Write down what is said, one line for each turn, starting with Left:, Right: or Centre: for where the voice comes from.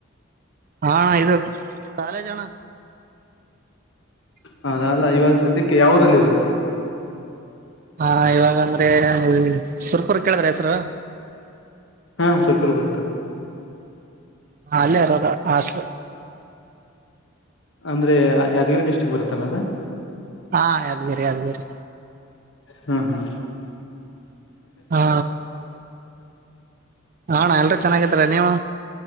Right: ಹಾ ಅಣ್ಣ ಇದು ಕಾಲೇಜಣ್ಣ
Left: ಹೌದ ಅಲ್ಲ ಇವಾಗ ಸದ್ಯಕ್ಕೆ ಯಾವರಲ್ಲಿ ಇರೋದು
Right: ಹಾ ಇವಾಗ ಅಂದ್ರೆ ಸುರ್ಪುರ ಕೇಳಿದ್ರ ಹೆಸರು
Left: ಹಾ ಸುರಪುರ ಗೊತ್ತು
Right: ಹ ಅಲ್ಲೇ ಇರದ ಹಾಸ್ಪಿಟಲ್
Left: ಅಂದ್ರೆ ಯಾದಗಿರಿ ಡಿಸ್ಟ್ರಿಕ್ ಬರುತ್ತಲ್ಲ ಅದ
Right: ಹಾ ಯಾದಗಿರಿ ಯಾದಗಿರಿ
Left: ಹ್ಮ ಹ
Right: ಹಾ ಅಣ್ಣ ಎಲ್ಲ ಚೆನ್ನಾಗಿತ್ತರ ನೀವು